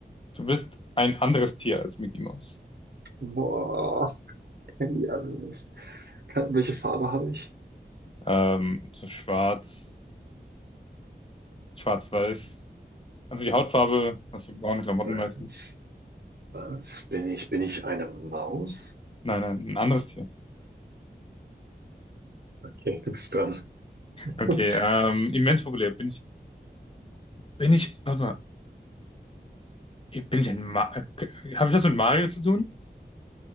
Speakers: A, on the left; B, on the right.
A: Du bist ein anderes Tier als Mickey Mouse.
B: Boah, ich kenne die alle nicht. Ka- Welche Farbe habe ich?
A: Ähm, so schwarz, schwarz-weiß. Also die Hautfarbe, hast du braune Klamotten
B: Was?
A: meistens?
B: Was? Bin ich, bin ich eine Maus?
A: Nein, nein, ein anderes Tier.
B: Okay, du bist dran.
A: Okay,
B: <laughs>
A: ähm, immens populär. Bin ich, bin ich, warte mal, bin ich ein Ma äh, habe ich das mit Mario zu tun?